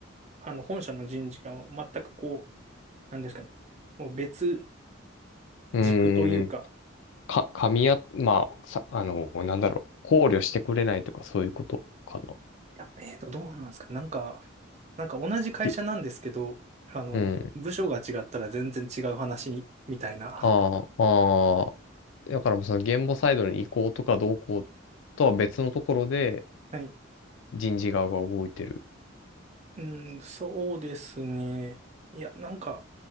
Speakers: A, on the right; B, on the left.
A: あの、本社の人事が全くこう、なんですかね、もう別
B: うん、
A: 軸というか、
B: うん、か、噛み合、まあ、さ、あの、なんだろう、考慮してくれないとかそういうことかな。
A: いや、えっと、どうなんですか、なんか、なんか同じ会社なんですけど、
B: ぎ
A: あの、
B: うん、
A: 部署が違ったら全然違う話みたいな。
B: ああ、ああ、だからもうその言語サイドの移行とかどうこうとは別のところで
A: はい
B: 人事側が動いてる。
A: うん、そうですね。いや、なんか、